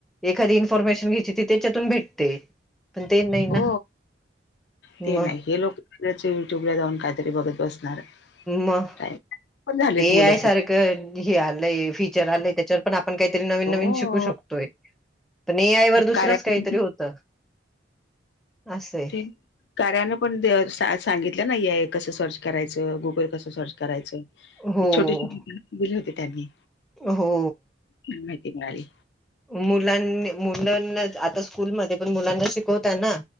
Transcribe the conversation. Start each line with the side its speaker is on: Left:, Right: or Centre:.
Centre: एखादी इन्फॉर्मेशन घ्यायची ती त्याच्यातून भेटते. पण ते नाही ना
Left: हो ते
Centre: मग
Left: नाही हे लोक <unintelligible> युट्यूब ला जाऊन काहीतरी बघत बसणार?
Centre: मग
Left: काय पण झालेत
Centre: एआय
Left: मुलं
Centre: सारखं
Left: खूप
Centre: हे आलंय फीचर आलंय त्याच्यावर पण आपण काहीतरी नवीन
Left: हो
Centre: नवीन शिकू शकतोय. पण एआयवर
Left: हे
Centre: दुसरंच
Left: कार्या
Centre: काहीतरी होत असंय
Left: ते कार्याने पण सांगितलं ना एआय कसं सर्च करायचं गुगल कसं सर्च! करायचं ते
Centre: हो
Left: छोटे दिले होते त्यांनी
Centre: हो
Left: माहिती मिळाली
Centre: मुलां मुलांना आता स्कूलमध्ये पण मुलांना शिकवताना.